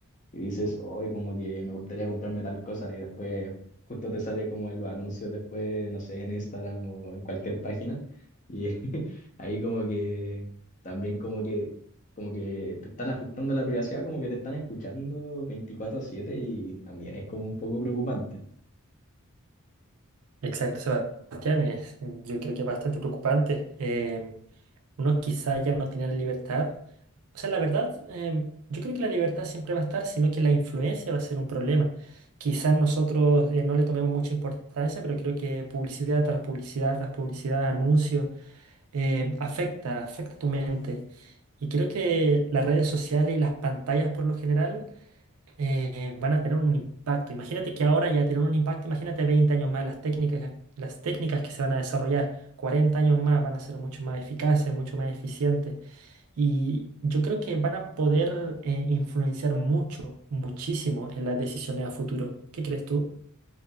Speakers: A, on the left; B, on the right.
A: y dices, hoy como que me gustaría comprarme tal cosa y después justo te sale como en los anuncios después, no sé, en Instagram o en cualquier página y <laughs> ahí como que también como que como que te están afectando la privacidad, como que te están escuchando 24/7 y también es como un poco preocupante.
B: Exacto, Sebastián, es- yo creo que es bastante preocupante. Em, uno quizá ya no tiene la libertad. O sea, la verdad, em, yo creo que la libertad siempre va a estar, sino que la influencia va a ser un problema. Quizás nosotros eh, no le tomemos mucha importancia, pero creo que publicidad tras publicidad, tras publicidad, anuncios, em, afecta, afecta tu mente. Y creo que las redes sociales y las pantallas por lo general eh, van a tener un impacto. Imagínate que ahora ya tienen un impacto, imagínate 20 años más las técnicas, las técnicas que se van a desarrollar, 40 años más van a ser mucho más eficaces, mucho más eficientes. Y yo creo que van a poder eh, influenciar mucho, muchísimo en las decisiones a futuro. ¿Qué crees tú?